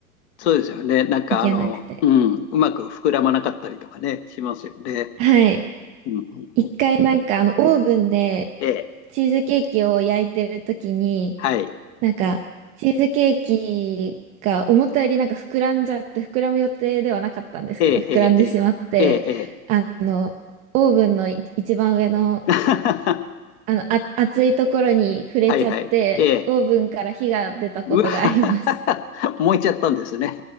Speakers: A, on the left; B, on the right.
A: そうですよね。なんかあの、
B: いけなくて。
A: うん、うまく膨らまなかったりとかね、しますよね。
B: はい。
A: うんうん。
B: 一回なんかあのオーブンで
A: ええ、
B: チーズケーキを焼いてる時に、
A: はい。
B: なんかチーズケーキが思ったよりなんか膨らんじゃって、膨らむ予定ではなかったんですけど、
A: ええ、
B: 膨らんでしまって、
A: ええ、ええ、ええ。
B: あの、オーブンのい一番上の
A: <laughs>
B: あの、あ、暑いところに触れちゃって、
A: はいはい。ええ。
B: オーブンから火が出たことがあります。
A: うわ <laughs> 燃えちゃったんですね。